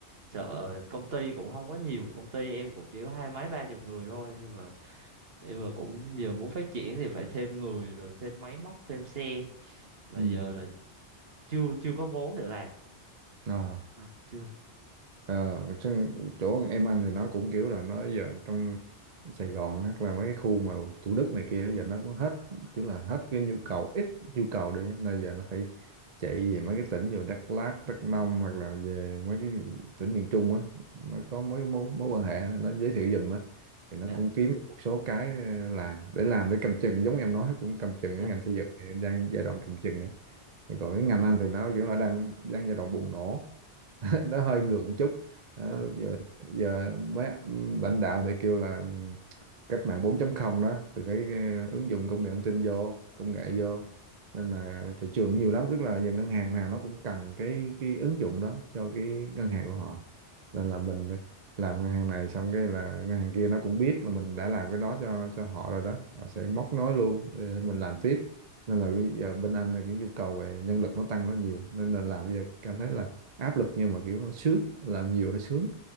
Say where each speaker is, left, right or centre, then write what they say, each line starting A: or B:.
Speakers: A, on the right; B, on the right.
A: sợ công ty cũng không có nhiều, công ty em cũng chỉ có hai mấy ba chục người thôi nhưng mà nhưng mà cũng giờ muốn phát triển thì phải thêm người rồi thêm máy móc thêm xe mà
B: ừ.
A: giờ là chưa chưa có vốn để làm
B: à
A: Ờ, chưa
B: Ờ, chứ chỗ em anh thì nó cũng kiểu là nó giờ trong Sài Gòn hoặc là mấy cái khu mà Thủ Đức này kia giờ nó cũng hết kiểu là hết cái nhu cầu ít nhu cầu đi á. nên giờ nó phải chạy về mấy cái tỉnh như Đắk Lắk, Đắk Nông hoặc là về mấy cái tỉnh miền Trung á nó có mối mối, mối quan hệ nó giới thiệu giùm á thì nó
A: Dạ.
B: cũng kiếm được một số cái ờ, làm để làm để cầm chừng giống em nói cũng cầm chừng
A: <laughs>
B: cái ngành xây dựng thì đang giai đoạn cầm chừng ấy. còn cái ngành anh thì nó kiểu là đang đang giai đoạn bùng nổ <laughs> nó hơi ngược một chút Ờ,
A: Ờ,
B: giờ, giờ mấy lãnh đạo thì kêu là cách mạng 4 không đó thì phải ờ, ứng dụng công nghệ thông tin vô công nghệ vô nên là thị trường nhiều lắm tức là giờ ngân hàng nào nó cũng cần cái cái ứng dụng đó cho cái ngân hàng của họ nên là mình làm ngân hàng này xong cái là ngân hàng kia nó cũng biết là mình đã làm cái đó cho cho họ rồi đó họ sẽ móc nối luôn để mình làm tiếp nên là bây giờ bên anh là cái nhu cầu về nhân lực nó tăng rất nhiều nên là làm bây giờ cảm thấy là áp lực nhưng mà kiểu nó sướng làm nhiều nó sướng